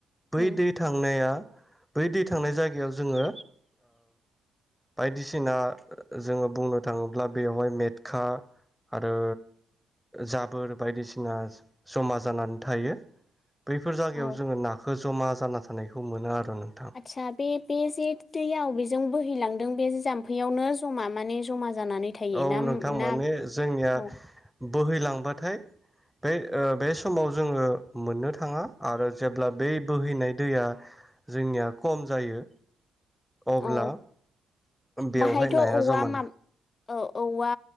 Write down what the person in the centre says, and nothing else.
बै दै थांनाया बै दै थांनाय जायगायाव जोङो बायदिसिना जोङो बुंनो थाङोब्ला बेवहाय मेटखा आरो जाबोर बायदिसिना जमा जानानै थायो। बैफोर जागायाव
जोङो नाखौ जमा जाना थानायखौ मोनो आरो। नोंथां
औ
नोंथां
माने जोंनिया
बोहैलांबाथाय बे बे समाव जोङो मोननो थाङा आरो जेब्ला बे बोहैनाय दैया जोंनिया खम जायो। अब्ला
बेवहाय
नाया
जमा